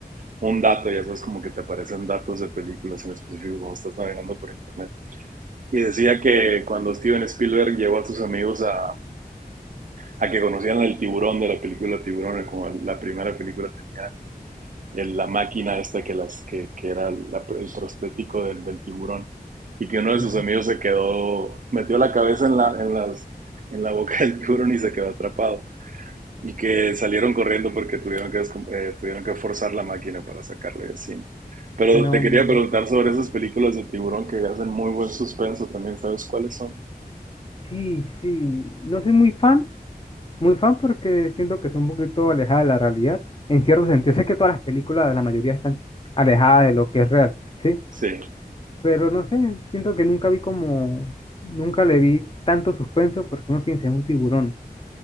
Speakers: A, on the right; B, on the left.
A: un dato, ya sabes, como que te aparecen datos de películas en específico cuando estás navegando por internet. Y decía que cuando Steven Spielberg llevó a sus amigos a, a que conocieran el tiburón de la película Tiburón, como la primera película tenía el- la máquina esta que, las, que, que era la- el prostético del, del tiburón y que uno de
B: ajá,
A: sus amigos se quedó, metió la cabeza en la, en las, en la boca del tiburón y se quedó atrapado. Y que salieron corriendo porque tuvieron que, descom- eh, tuvieron que forzar la máquina para sacarlo y así, ¿no? Pero
B: suena
A: te quería
B: muy loco.
A: preguntar sobre esas películas de tiburón que hacen muy buen suspenso también, ¿sabes cuáles son?
B: Sí, sí, no soy muy fan, muy fan porque siento que es un poquito alejada de la realidad. En cierto sentido, sé que todas las películas, la mayoría están alejadas de lo que es real, ¿sí?
A: Sí,
B: Pero no sé, siento que nunca vi como, nunca le vi tanto suspenso porque uno piensa en un tiburón.